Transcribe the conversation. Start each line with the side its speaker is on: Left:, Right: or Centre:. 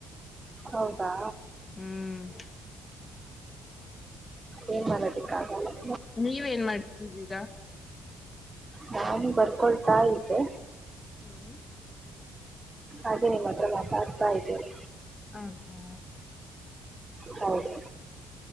Right: ಹೌದಾ
Left: ಹ್ಮ್
Right: ಏನ್ ಮಾಡದಕ್ಕೆ ಆಗಲ್ಲಾ
Left: ನೀವ ಏನ್ ಮಾಡ್ತಿದ್ದೀರಾ
Right: ನಾನು ಬರ್ಕೊಳ್ತಾ ಇದ್ದೆ
Left: ಹ್ಮ್
Right: ಅದೇ ನಿಮ್ಮ ಹತ್ರ ಮಾತಾಡ್ತಾ ಇದ್ದೀರಿ
Left: ಹ ಹೌದಾ
Right: ಹೌದು